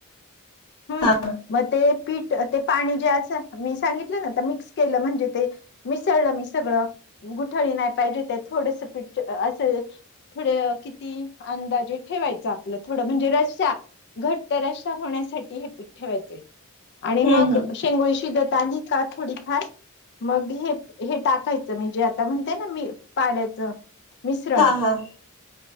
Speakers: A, on the left; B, on the left.
A: हूं
B: हा
A: म ते पीठ ठ ते पाणी जे आस मी सांगितलं न आता मिक्स केलं म्हणजे ते मिसळलं मी सगळं गुठळी नाय पाहिजे ते थोडस पीठ अ असं थोड किती अंदाजे ठेवायचं आपल्या थोडं म्हणजे रश्या घट रश्या होण्यासाठी हे पिठ ठेवायचय. आणि
B: हम्म
A: मग
B: हम्म
A: शेंगोळी शिजत आली का थोडीफार मग हे हे टाकायचं मी जे आता म्हणते ना मी पाण्याचं मिश्रण
B: हा हा